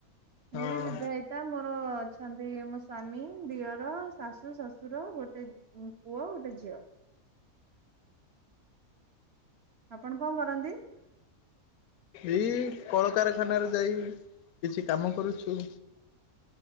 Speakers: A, on the left; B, on the right.
A: ହଁ
B: ମୁଁ ବି ବିବାହି ତା ମୋର ଅଛନ୍ତି ମୋ ସ୍ଵାମୀ, ଦିଅର ଶାଶୁ, ଶଶୁର ଗୋଟେ ମୋ ପୁଅ, ଗୋଟେ ଝିଅ। ଆପଣ କଣ କରନ୍ତି?
A: ଏଏ କଳକାରଖାନାରେ ଯାଇ କିଛି କାମ କରୁଛୁ।